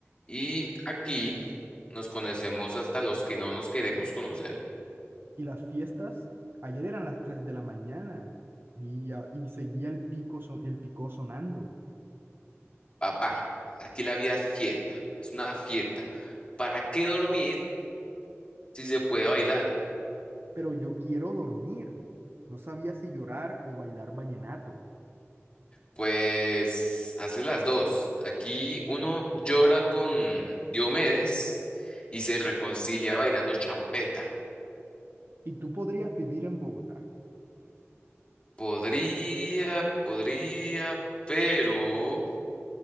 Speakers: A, on the left (about 25°); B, on the right (about 50°).
A: Y aquí nos conocemos hasta los que no nos queremos conocer.
B: Y las fiestas, ayer eran las 3 de la mañana y, a- y seguía el pico, son- el picó sonando.
A: Papá, aquí la vida es fiesta. Es una fiesta. ¿Para qué dormir si se puede bailar?
B: Pero yo quiero dormir. No sabía si llorar o bailar vallenato.
A: Pues haces las dos. Aquí uno llora con Diomedes y se reconcilia bailando champeta.
B: Y tú podrías vivir en Bogotá.
A: Podría, podría, pero...